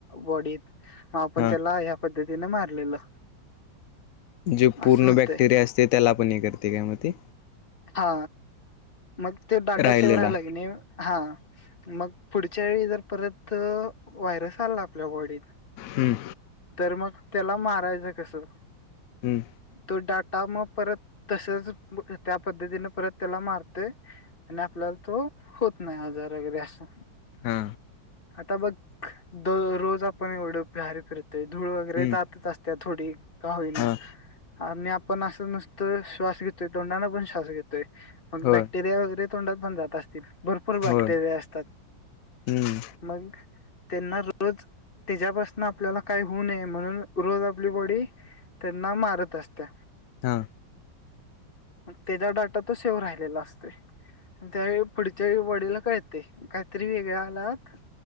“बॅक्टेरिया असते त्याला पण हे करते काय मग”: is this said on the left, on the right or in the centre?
Left